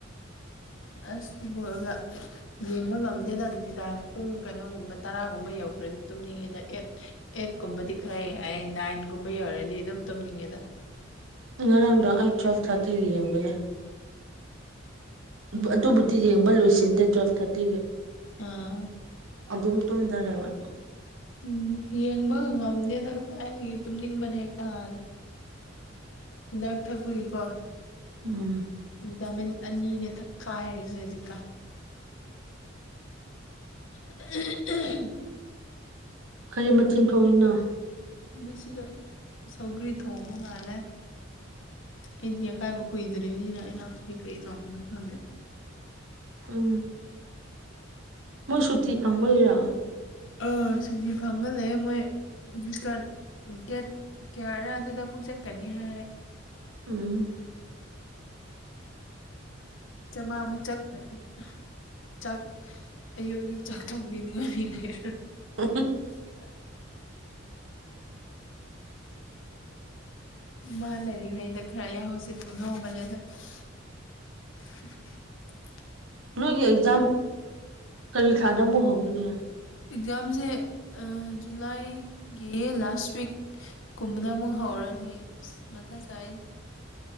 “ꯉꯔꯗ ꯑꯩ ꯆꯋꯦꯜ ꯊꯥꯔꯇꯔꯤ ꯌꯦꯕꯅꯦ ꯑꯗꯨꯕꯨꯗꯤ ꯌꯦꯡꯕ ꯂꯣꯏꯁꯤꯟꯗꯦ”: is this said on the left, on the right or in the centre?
Right